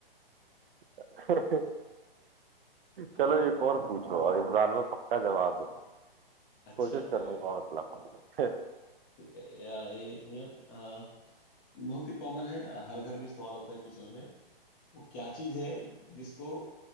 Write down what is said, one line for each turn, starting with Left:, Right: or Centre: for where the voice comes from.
Right: <laughs>
Left: हाँ
Right: चलो एक और पूछो और इस बार मैं पक्का जवाब दूंगा
Left: अच्छा
Right: कोशिश
Left: चलिए
Right: करूंगा मतलब <laughs>
Left: ठीक है या एक मिनट अ, बहुत ही कॉमन है हर घर में इस्तेमाल होता है किचन में वो क्या चीज है जिसको